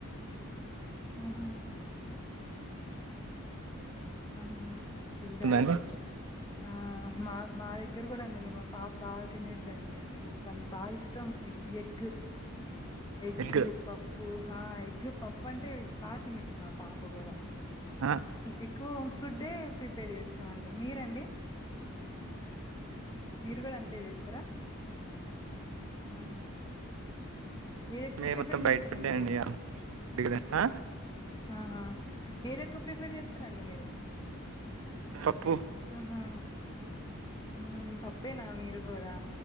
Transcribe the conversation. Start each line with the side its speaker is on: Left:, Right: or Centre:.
Left: ఆహా ఆ ఆ తింటార
Right: దండి
Left: ఆ మా మా దగ్గర కూడా అందండి మా పాప బా తిని దండి అసలు తనకి బాగా ఇష్టం ఎ ఎగ్ ఎగ్గు
Right: ఎగ్
Left: పప్పు ఆ ఎగ్గు పప్పు అంటే బా తినిద్ది మా పాప కూడా
Right: ఆ
Left: ఎక్కువ హోమ్ ఫుడ్డే ప్రిపేర్ చేస్తామండి మీరండి మీరు గూడ అంతే చేస్తరా ఆ ఏది ఎక్కువ
Right: మేము
Left: ప్రిఫర్
Right: మొత్తం
Left: చేస్తరండి
Right: బయట ఫుడ్డే
Left: మీరు
Right: అండి ఆ
Left: ఆహా ఏది ఎక్కువ ప్రిఫర్ చేస్తారండి మీరు
Right: పప్పు
Left: ఆహా ఆ పప్పేనా మీరుగోడా